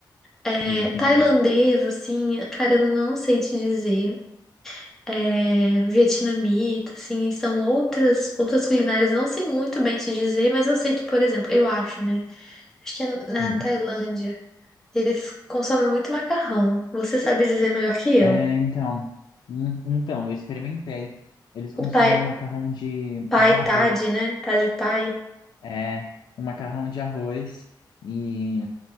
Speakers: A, in the centre; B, on the left (about 65°).
A: É,
B: entendi.
A: tailandês, assim, cara, eu não sei te dizer. É, vietnamita, assim, são outras outras culinárias. Eu não sei muito bem te dizer, mas eu sei que, por exemplo, eu acho, né? Acho que é na
B: Hum.
A: Tailândia. Eles consomem muito macarrão. Você sabe dizer melhor que eu.
B: É, então, hum, então, eu experimentei. Eles consomem
A: O pai,
B: um macarrão de,
A: pai
B: de arroz.
A: Thad, né? Thad pai.
B: É, um macarrão de arroz e...